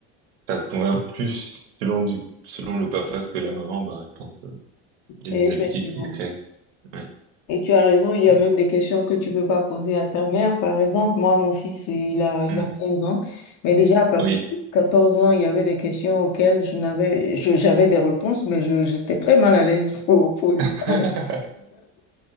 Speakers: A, on the right; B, on the left.
A: ça convient plus selon du, selon le papa que la maman, bah, je pense, euh, il
B: Et
A: y a
B: effectivement.
A: des habitudes qui se créent. Ouais.
B: Et tu as raison, il y
A: Mm.
B: a même des questions que tu peux pas poser à ta mère. Par exemple, moi, mon fils, il a, il
A: Mm.
B: a 15 ans, mais déjà à partir
A: Oui.
B: de 14 ans, il y avait des questions auxquelles je n'avais, je- j'avais des réponses, mais je, j'étais très mal à l'aise <laughs> pour, pour lui
A: <laughs>
B: parler.